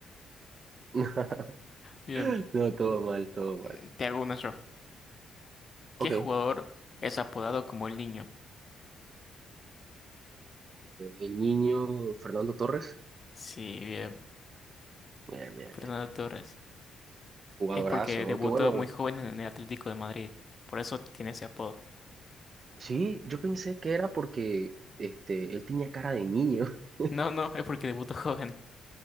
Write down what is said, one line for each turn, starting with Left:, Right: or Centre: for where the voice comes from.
Right: <laughs>
Left: Bien,
Right: No, todo mal, todo mal.
Left: mm, te hago una yo. ¿Qué
Right: Ok.
Left: jugador
Right: eh,
Left: es apodado como el niño?
Right: el niño Fernando Torres.
Left: Sí, bien,
Right: Bien, bien,
Left: Fernando
Right: bien.
Left: Torres.
Right: Jugadorazo.
Left: Es porque
Right: Aunque
Left: debutó
Right: bueno,
Left: muy joven en el Atlético de Madrid. Por eso tiene ese apodo.
Right: sí, yo pensé que era porque este, él tenía cara de niño. <laughs>
Left: No, no, es porque debutó joven.